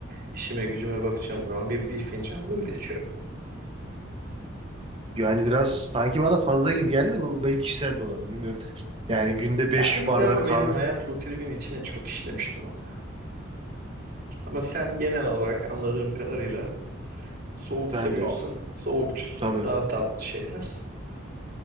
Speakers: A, on the right (about 50°); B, on the right (about 30°).
A: işime gücüme bakacağım zaman bir, bir fincan da öyle içiyorum.
B: Yani biraz sanki bana fazla gibi geldi. Bu benim kişisel de olabilir. Bilmiyorum. Yani günde
A: Ya
B: beş
A: öyle
B: bardak
A: ama
B: kahve.
A: benim hayat rutinimin içine çok işlemiş durumda. Ama sen genel olarak anladığım kadarıyla soğuk seviyorsun,
B: Ben de- aa,
A: soğukçusun,
B: tabii.
A: daha tatlı şeyler.